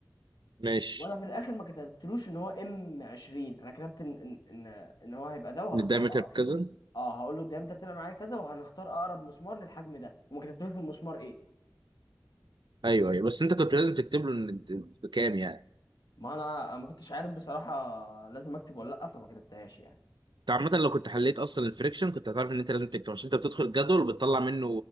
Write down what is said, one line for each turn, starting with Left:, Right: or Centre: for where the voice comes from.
Right: ماشي
Left: وانا في الاخر ما كتبتلوش ان هو ام 20 انا كتبت ان ان ان إن هو هيبقى ده وهختار
Right: الدايمتر
Left: أقرب.
Right: بكذا
Left: اه هقول له الديامتر طلع معايا كذا وهنختار اقرب مسمار للحجم ده وما كتبتلوش المسمار ايه
Right: ايوه ايوه بس انت كنت لازم تكتب له ان إنت بكام يعني
Left: ما انا ما كنتش عارف بصراحه لازم اكتب ولا لا فما كتبتهاش يعني
Right: انت عامة لو كنت حليت اصلا الفريكشن كنت هتعرف ان انت لازم تكتب عشان انت بتدخل الجدول وبتطلع منه